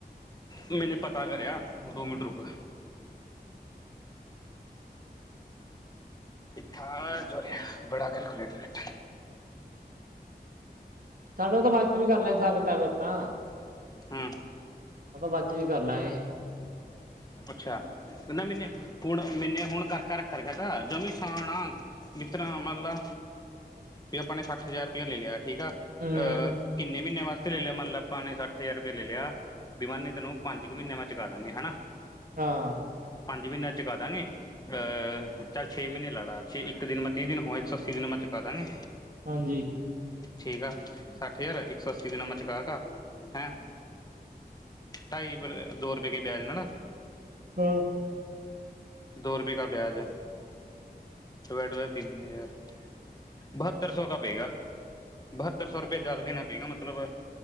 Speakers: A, on the left; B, on the right.
A: ਮੈਨੇ ਪਤਾ ਕਰਿਆ ਦੋ ਮੀਟੰ ਰੁਕ ਠਾ <inaudible> ਬੜਾ ਕੈਲਕੂਲੇਟਰ ਰੱਖ
B: ਸਾਡੇ ਤਾਂ ਬਾਅਦ ਚ ਵੀ ਕਰ ਲੈ ਸਗ ਤਾਂਾਂ <inaudible>
A: ਹੂੰ
B: ਬਾਚ ਵੀ ਕਰ ਲਾਗੇ
A: ਅੱਛਾਹਿੰ ਨਾ ਮੈਨੇ ਹੁਣ <unintelligible> ਮੈਨੇ ਹੁਣ ਕਰਕਾ ਰੱਖਰ ਗਿਆ ਤਾ ਜੋ ਵੀ ਸਾਨ ਆ ਮਿੱਤਰ ਮੰਨਾ ਵੀ ਆਪਾਂ ਨੇ ਸੱਠ ਹਜ਼ਾਰ ਰੁਪਇਆ ਲੈ ਲਿਆ ਠੀਕ ਆ ਅਹ
B: ਹਮ
A: ਕਿੰਨੇ ਮਹੀਨੇ ਵਾਸਤੇ ਲੈ ਲਿਆ ਮੰਨਲਬ ਆਪਾਂ ਨੇ ਸੱਠ ਹਜ਼ਾਰ ਰੁਪਆ ਲਿਆ ਬਿਮਾਨੇ ਤੈਨੂੰ ਪੰਜ ਕੁ ਮਹੀਨਿਆਂ ਵ ਚੁਕਾ ਦਾਂਗੇ ਹਨਾ
B: ਹਾਂ
A: ਪੰਜ ਮਹੀਨਾੇ ਚੁਕਾ ਦਾਂਗੇ ਅਹ ਚੱਲ ਛੇ ਮਹੀਨੇ ਲਾ ਲਾ ਛੇ ਇੱਕ ਦਿਨ ਮੈਂ ਤੀਹ ਦਿਨ ਹੋਇ ਇੱਕ ਸੌ ਅੱਸੀ ਦਿਨ ਮੈਂ ਚੁਕਾ ਦਾਂਗੇ
B: ਹਾਂਜੀ
A: ਠੀਕ ਆ ਸੱਠ ਹਜ਼ਾਰ ਇੱਕ ਸੌ ਅੱਸੀ ਦੇ ਨ ਮਾਂ ਚਕਾ ਕੇ ਆ ਹੈਂ ਢਾਈ ਦੋ ਰੁਪਏ ਕੇ ਬਆਜ ਨਾਲ ਨਾ
B: ਹਾਂ
A: ਦੋ ਰੁਪਏ ਕਾ ਪਿਆਜ ਟਮੈਟੋ ਤਿੰਨ ਹਜ਼ਾਰ ਬਹੱਤਰ ਸੌ ਕਾ ਪਏਗਾ ਬਹੱਤਰ ਸੌ ਰੁਪਏ ਜਿਆਦਾ ਦੇਣਾ ਪਏਗਾ ਮਤਲਬ